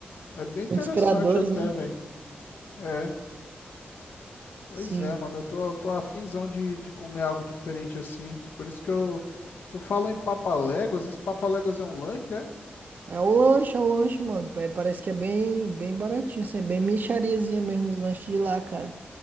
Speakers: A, on the left (about 70°); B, on the right (about 55°).
A: é bem interessante
B: muitos criadores,
A: até,
B: né?
A: velho. É. Pois
B: Sim.
A: é, mano, eu tô, eu tô afinzão de, de comer algo diferente assim. Por isso que eu. Tu fala em papaléguas, esse papaléguas é um lanche, é?
B: É o lanche, é o lanche, mano. É, parece que é bem, bem baratinho, assim, é bem mixariazinha mesmo os lanches de lá, cara.